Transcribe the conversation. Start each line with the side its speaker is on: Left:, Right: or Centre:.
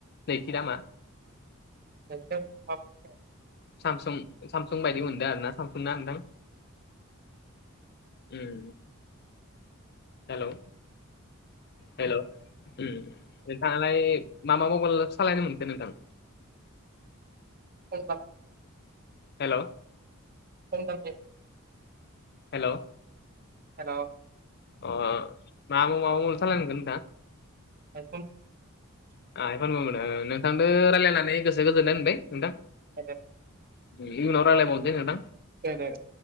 Left: नैथि दामा
Right: <unintelligible>
Left: सामसुं सामसुं बायदि मोनदों आरो ना सामसुं ना नोंथां उम हेलौ हेलौ <unintelligible> लाय मा मबाइल सालायनो मोनखो नोंथां।
Right: औ
Left: हेल'
Right: खनथाम
Left: हेल'।
Right: हेल'
Left: अ माो माबा सालायनांगोन नोंथां।
Right: एबा
Left: आ एफान नोंथांजों रायजलायनानै गोसो गोजोन्नाय होनबाय नोंथां।
Right: ज
Left: इनि उनाव रालायबावनोसै
Right: दे दे